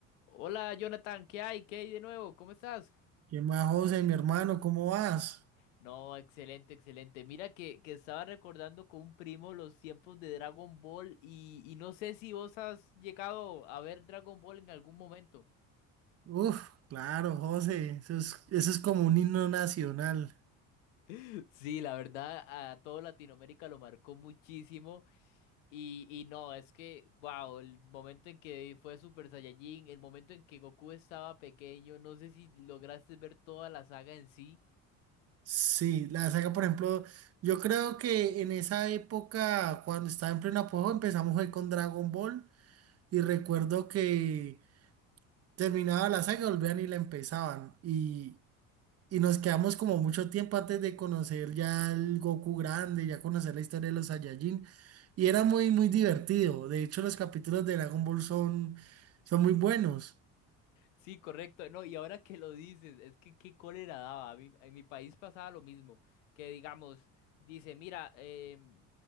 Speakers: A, on the left (about 85°); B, on the right (about 40°).
A: Hola Jonathan, ¿qué hay? ¿Qué hay de nuevo? ¿Cómo estás?
B: ¿Qué más, José, mi hermano? ¿Cómo vas?
A: No, excelente, excelente. Mira que, que estaba recordando con un primo los tiempos de Dragon Ball y, y no sé si vos has llegado a ver Dragon Ball en algún momento.
B: Uf, claro, José, eso es, eso es como un himno nacional.
A: <laughs> Sí, la verdad, a todo Latinoamérica lo marcó muchísimo. Y, y no, es que, wow, el momento en que fue Super Saiyajin, el momento en que Goku estaba pequeño, no sé si lograste ver toda la saga en sí.
B: Sí, la saga, por ejemplo, yo creo que en esa época, cuando estaba en pleno apogeo, empezamos fue con Dragon Ball y recuerdo que terminaba la saga, volvían y la empezaban. Y, Y nos quedamos como mucho tiempo antes de conocer ya el Goku grande, ya conocer la historia de los Saiyajin. Y era muy, muy divertido. De hecho, los capítulos de Dragon Ball son, son muy buenos.
A: Sí, correcto. No, y ahora que lo dices, es que qué cólera daba. A mí- en mi país pasaba lo mismo. Que digamos, dice, mira, em,